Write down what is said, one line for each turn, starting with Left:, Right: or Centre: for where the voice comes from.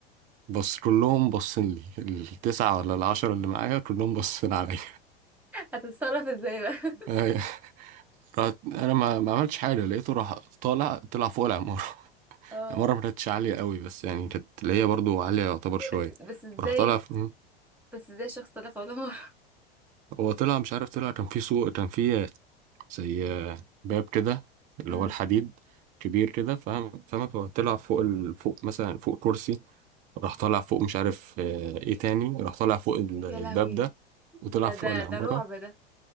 Right: بص كلهم باصين لي التسعة ولا العشرة اللي معايا كلهم باصين عليا
Centre: هتتصرف ازاي بقى <laughs>
Right: آه، رحت انا ما, ما عملتش حاجة لقيته راح طالع طلع فوق العمارة <laughs>
Centre: اه
Right: العمارة ما كانتش عالية قوي بس يعني كانت اللي هي برضو عالية يعتبر شوية
Centre: بس, بس ازاي
Right: راح طالع ف-
Centre: بس ازاي شخص لا فولا مرة
Right: هو طلع مش عارف طلع كان في سوق كان في زي باب كده اللي
Centre: امم
Right: هو الحديد كبير كده فاهم فاهم هو طلع فوق ال... فوق مثلا فوق كرسي راح طالع فوق مش عارف آه، ايه تاني راح طالع فوق ال-
Centre: يا
Right: الباب
Centre: لهوي
Right: ده وطلع
Centre: ده
Right: فوق
Centre: ده
Right: العمارة
Centre: ده رعب ده